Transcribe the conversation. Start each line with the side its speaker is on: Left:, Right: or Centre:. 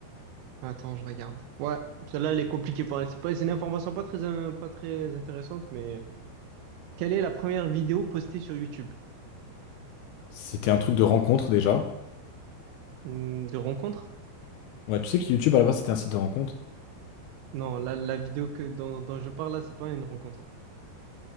Right: Attends, je regarde. Ouais, celle-là, elle est compliquée. pour- elle. C'est pas, c'est une information pas très, in- pas très intéressante, mais quelle est la première vidéo postée sur YouTube?
Left: C'était un truc de rencontre déjà.
Right: Hmm, De rencontre?
Left: Ouais, tu sais que YouTube à la base c'était un site de rencontre?
Right: Non, la, la vidéo que, dont, dont je parle là, c'est pas une rencontre.